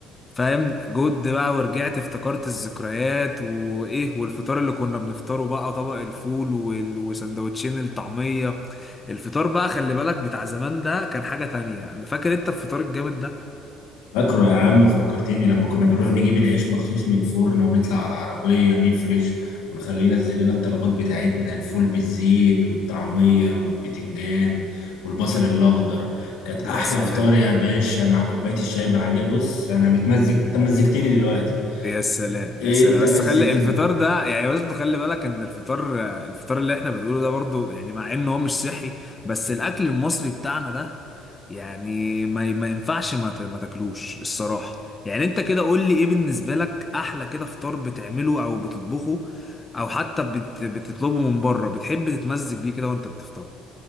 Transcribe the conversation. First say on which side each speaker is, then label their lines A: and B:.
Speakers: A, on the left; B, on the left.
A: فاهم جود بقى ورجعت افتكرت الذكريات وايه والفطار اللي كنا بنفطره بقى طبق الفول وال- وسندوتشين الطعمية الفطار بقى خلي بالك بتاع زمان ده كان حاجة تانية انا فاكر انت الفطار الجامد ده
B: فاكره يا عم فكرتني لما كنا بنروح نجيب العيش مخصوص من الفرن ونطلع على العربية نفرش ونخليه ينزل لنا الطلبات بتاعتنا الفول بالزيت والطعمية والبتنجان والبصل الأخضر كانت أحلى
A: يا سلام
B: فطار يا باشا مع كوباية الشاي بعديها بص أنا متمزج أنت مزجتني دلوقتي
A: يا سلام
B: إيه
A: يا سلام
B: أنت
A: بس
B: مزجتني
A: خلي الفطار ده يعني برضه خلي بالك ان الفطار الفطار اللي احنا بنقوله ده برضه يعني مع انه هو مش صحي بس الاكل المصري بتاعنا ده يعني ما ما ينفعش ما ت- ما تاكلوش الصراحة يعني انت كده قول لي ايه بالنسبة لك احلى كده فطار بتعمله او بتطبخه او حتى بت- بتطلبه من بره بتحب تتمزج بيه كده وانت بتفطره